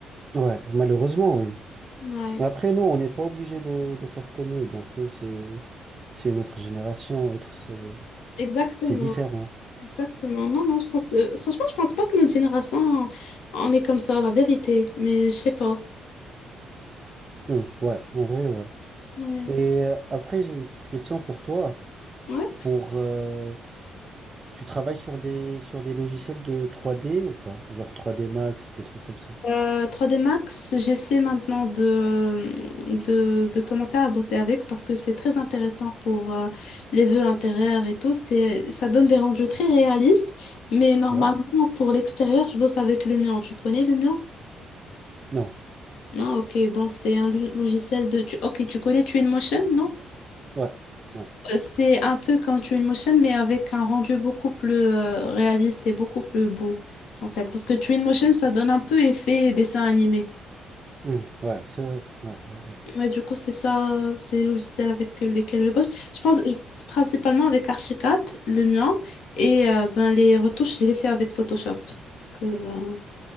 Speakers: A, on the right (about 30°); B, on the left (about 80°).
A: Ouais, malheureusement, oui.
B: Ouais,
A: Après, nous, on n'est pas obligé de, de faire comme eux. Donc eux, c'est c'est une autre génération, autre, c'est
B: exactement,
A: c'est différent.
B: exactement. Non, non, je pense, euh, franchement, je pense pas que notre génération, on est comme ça, la vérité, mais je sais pas.
A: Hum, ouais, en vrai, ouais.
B: Ouais.
A: Et euh, après, j'ai une petite question pour toi.
B: Ouais.
A: Pour euh, tu travailles sur des sur des logiciels de trois d ou pas? Genre trois d Max, des trucs comme ça.
B: Euh, 3D Max, j'essaie maintenant de, euh, de, de commencer à bosser avec parce que c'est très intéressant pour euh, les vœux intérieurs et tout. C'est, ça donne des rendus très réalistes, mais normalement,
A: Ouais?
B: pour l'extérieur, je bosse avec le mien. Tu connais le mien?
A: Non.
B: Ah, ok, bon, c'est un lo- logiciel de... tu- Ok, tu connais Twinmotion, non?
A: Ouais. Ouais.
B: Euh, C'est un peu comme Twinmotion, mais avec un rendu beaucoup plus euh, réaliste et beaucoup plus beau, en fait. Parce que Twinmotion, ça donne un peu effet dessin animé.
A: Hum, ouais, c'est vrai. Ouais, ouais, ouais.
B: Ouais, du coup, c'est ça, c'est les logiciels avec lesquels je bosse. Je pense euh, c'est principalement avec Archicad, le mien, et euh, ben, les retouches, je les fais avec Photoshop. Parce que, euh,